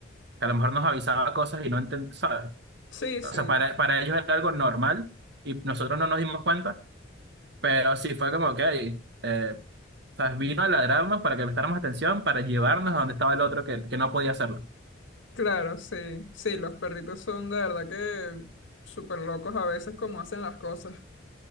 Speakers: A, on the right; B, on the left.
A: que a lo mejor nos avisaba cosas y no entendía, ¿sabes?
B: Sí,
A: O
B: sí.
A: sea, para, para ellos era algo normal y nosotros no nos dimos cuenta, pero sí fue como, ok, eh, ¿sabes? Vino a ladrarnos para que prestáramos atención, para llevarnos a donde estaba el otro que, que no podía hacerlo.
B: Claro, sí. Sí, los perritos son de verdad que súper locos a veces como hacen las cosas.